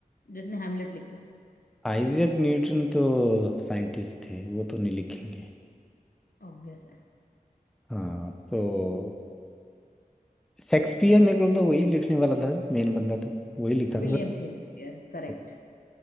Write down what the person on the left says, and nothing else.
जिसने हैमलेट लिखा है
ऑब्वियस है
William
Shakespeare
correct